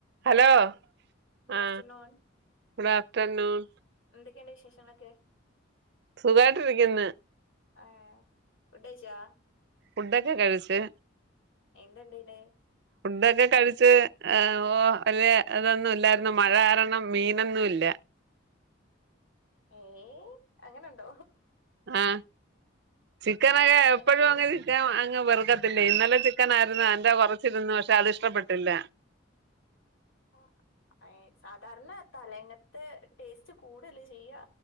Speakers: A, on the right; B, on the left.
A: Hello
B: good
A: ആ
B: afternoon
A: good afternoon.
B: എന്തൊക്കെയുണ്ട് വിശേഷങ്ങളൊക്കെ?
A: സുഖായിട്ടിരിക്കുന്ന്.
B: ആ ഫുഡ് കഴിച്ചാ.
A: ഫുഡൊക്കെ കഴിച്ച്.
B: എന്തെണ്ട് പിന്നെ.
A: ഫുഡൊക്കെ കഴിച്ച്, ഓ വലിയ ഇതൊന്നും ഇല്ലായിരുന്നു. മഴ കാരണം മീനൊന്നും ഇല്ല.
B: ഏയ് അങ്ങനെണ്ടോ?
A: ആ ചിക്കനൊക്കെ
B: ചിക്കൻ
A: എപ്പോഴും
B: ബീൻ
A: അങ്ങനെ ചിക്കൻ അങ്ങ് വെറുക്കത്തില്ലേ ഇന്നലെ മിടുക്കനായിരുന്നു അതിന്റെ കൊറച്ചിലൊന്നും പക്ഷെ അത് ഇഷ്ടപ്പെട്ടില്ല.
B: ആ ഏ സാധാരണ തലേങ്ങത്തെ ടേസ്റ്റ് കൂടെയല്ലേ ചെയ്യാ.